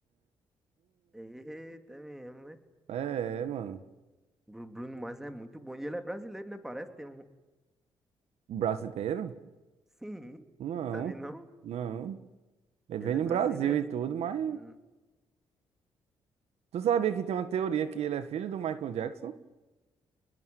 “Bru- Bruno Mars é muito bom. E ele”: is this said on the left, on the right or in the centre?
Centre